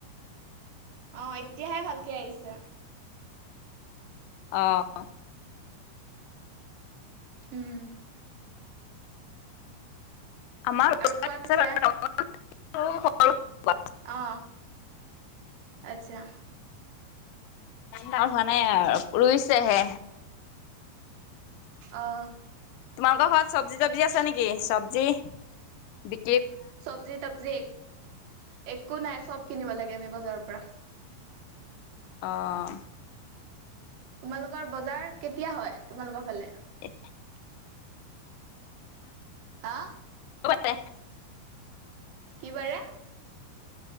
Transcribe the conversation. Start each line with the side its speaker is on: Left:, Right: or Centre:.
Right: অ এতিয়াহে ভালকে আহিছে।
Left: আহ
Right: উম
Left: আমাৰ
Right: আৰু
Left: <unintelligible>
Right: কোৱা পিছে আহহ আচ্ছা।
Left: ভাল হোৱা নাই ৰুইছেহে।
Right: আহ
Left: তোমালোকৰ ঘৰত চবজি তবজি আছে নেকি চব্জি বি
Right: চবজি তবজি এক একো নাই চব কিনিব লাগে আমি বজাৰৰ পৰা।
Left: আহ
Right: তোমালোকৰ বজাৰ কেতিয়া হয়। তোমালোকৰ ফালে
Left: এক <unintelligible>
Right: হা
Left: মতে <unintelligible>
Right: কি বাৰে।